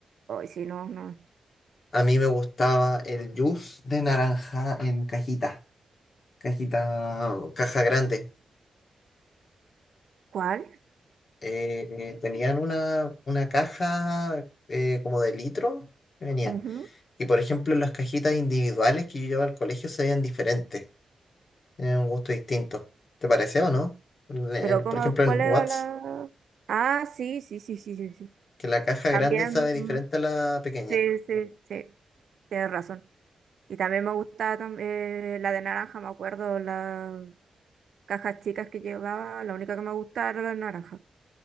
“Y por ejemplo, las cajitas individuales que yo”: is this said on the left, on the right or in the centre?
Left